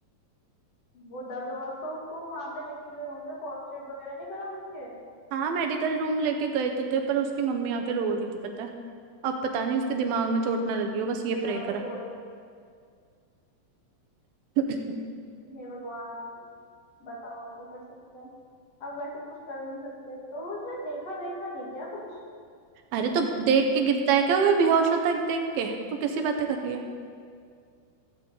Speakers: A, on the left; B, on the right.
A: वो दर्द वर्द तो उसको वहां पे लेके गए होंगे फर्स्ट एड वगैरह नहीं करा उसके
B: हाँ मेडिकल रूम लेके गए तो थे पर उसकी मम्मी आके रो रही थी पता है अब पता नहीं उसके दिमाग में चोट ना लगी हो बस ये
A: तो यार
B: प्रे
A: वो
B: कर
A: रोएगी
B: <laughs>
A: हे भगवान बताओ अब क्या कर सकते हैं अब वैसे कुछ कर भी नहीं सकते तो वो उसने देखा देखा नहीं क्या कुछ
B: अरे तो देख के गिरता है क्या वो बेहोश होता है देख के तू कैसी बातें कर रही है